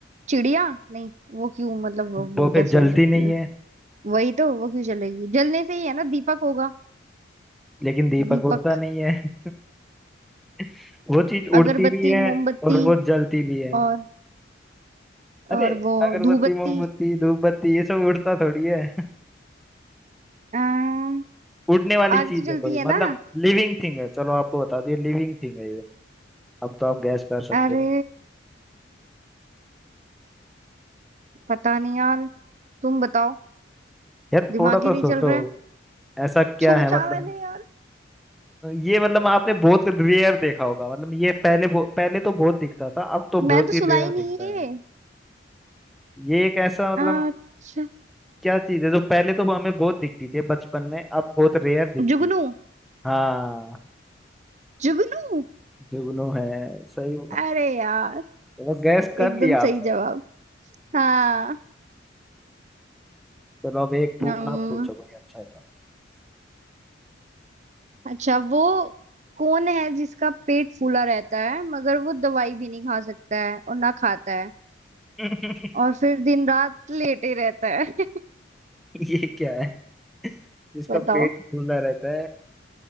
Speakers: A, on the right; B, in the centre.
A: चिड़िया नहीं वो क्यों मतलब वो, वो
B: वो फिर
A: कैसे
B: जलती
A: हो सकती
B: नहीं
A: है
B: है
A: वही तो वो क्यों जलेगी जलने से ही है ना दीपक होगा
B: लेकिन दीपक
A: दीपक
B: उड़ता नहीं है <laughs> वो चीज
A: अगरबत्ती
B: उड़ती भी है
A: मोमबत्ती
B: और वो जलती भी है
A: और
B: अरे
A: और वो
B: अगरबत्ती
A: धूपबत्ती
B: मोमबत्ती धूप बत्ती ये सब उड़ता थोड़ी है
A: अम्म,
B: <laughs> उड़ने वाली
A: आग
B: चीज
A: तो जलती
B: है कोई
A: है
B: मतलब
A: ना
B: लिविंग थिंग है चलो आपको बता दिया लिविंग थिंग है ये अब तो आप गैस कर
A: अरे
B: सकते हो
A: पता नहीं यार तुम बताओ
B: यार थोड़ा
A: दिमाग ही
B: तो
A: नहीं
B: सोचो
A: चल रहा है
B: ऐसा क्या
A: सोचा
B: है मतलब
A: मैंने यार
B: ये मतलब आपने बहुत रेयर देखा होगा मतलब ये पहले बहु- पहले तो बहुत दिखता था अब तो
A: मैं
B: बहुत
A: तो
B: ही
A: सुना
B: रेयर
A: ही
B: दिखता
A: नहीं है
B: है ये एक ऐसा मतलब
A: अच्छा
B: क्या चीज है जो पहले तो हमें बहुत दिखती थी बचपन में अब बहुत रेयर दिखती
A: जुगनू
B: है हाँ
A: जुगनू
B: जुगनू है सही
A: अरे यार
B: चलो गैस कर
A: एकदम
B: लिया आपने
A: सही जवाब हाँ
B: चलो अब एक पू,
A: हम्म
B: आप पूछो कोई अच्छा सा
A: अच्छा वो कौन है जिसका पेट फूला रहता है मगर वो दवाई भी नहीं खा सकता है और ना खाता है
B: <laughs>
A: और फिर दिन रात लेटे रहता है <laughs>
B: ये क्या है जिसका
A: बताओ
B: पेट फूला रहता है